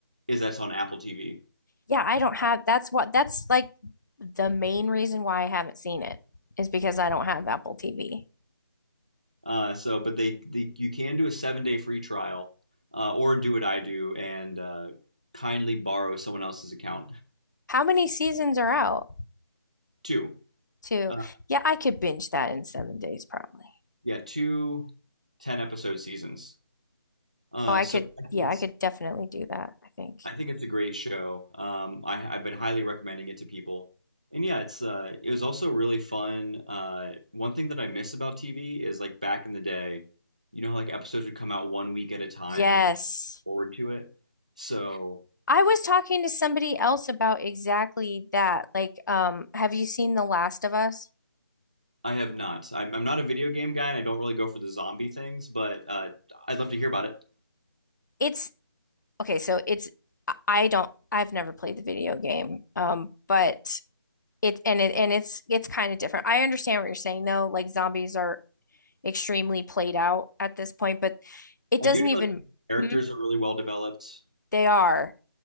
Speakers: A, on the right; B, on the left.
A: is that's on Apple TV.
B: Yeah, I don't have that's what that's like the main reason why I haven't seen it is because I don't have Apple TV.
A: Uh, so, but they, they you can do a seven day free trial, uh, or do what I do and uh, kindly borrow someone else's account.
B: How many seasons are out
A: Two,
B: too?
A: uh,
B: Yeah, I could binge that in seven days probably.
A: yeah, two ten episode seasons. Uh,
B: Oh, I
A: so
B: could,
A: I
B: yeah,
A: think it's
B: I could definitely do that, I think.
A: I think it's a great show. Um, I, I've been highly recommending it to people. And yeah, it's uh, it was also really fun. Uh, one thing that I miss about TV is like back in the day, you know how like episodes would come out one week at a time
B: Yes.
A: and you could look forward to it. So
B: I was talking to somebody else about exactly that. Like, um, have you seen The Last of Us?
A: I have not. I'm, I'm not a video game guy and I don't really go for the zombie things, but uh, I'd love to hear about it.
B: It's okay, so it's I I don't I've never played the video game. Um, but it and it and it's it's kind of different. I understand what you're saying though. Like zombies are extremely played out at this point, but it doesn't
A: I do know
B: even
A: that the characters
B: hmm,
A: are really well developed.
B: they are.